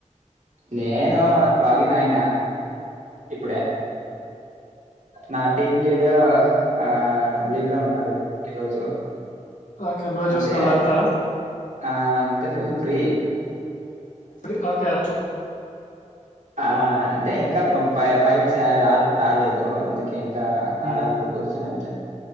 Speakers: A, on the right; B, on the left.
A: నేను లాగిన్ అయిన. ఇప్పుడే నా టీమ్ లీడ్ ఆ లీవ్ లో ఉన్నారు ఈరోజు
B: ఓకే నువ్వు
A: అంతే
B: చూసుకోవాలంతా
A: ఆ అంతే ఫుల్ ఫ్రీ
B: ఫ్రీ ఓకే అట్ల
A: ఆ అంటే ఇంకా ఫైల్స్ రాలేదు అందుకే ఇంక
B: ఉమ్,
A: ఆరామ్గా కూర్చన అంత